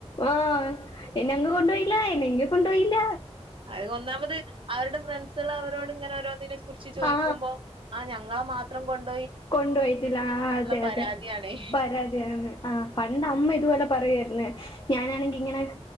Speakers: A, on the left; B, on the right.
A: ആ് എന്നെ അങ്ങ് കൊണ്ടുപോയില്ല.... എന്നെങ്കും കൊണ്ടുപോയില്ല...
B: അത ഒന്നാമത് അവരുടെ ഫ്രണ്ട്സുകൾ അവരോട് ഇങ്ങനെ ഓരോന്നിന... കുറിച്ച് ചോദിക്കുമ്പോ
A: ആ
B: ആ ഞങ്ങളാ മാത്രം കൊണ്ടോ....
A: കൊണ്ട പോയിട്ടില്ല.. ആ അതെ
B: പരാതിയാണേ
A: അതെ പരാതിയാണ് ആ പണ്ട് അമ്മ ഇതുപോലെ. പറയാരുന്നു ഞാനാണെങ്കി ഇങ്ങനെ..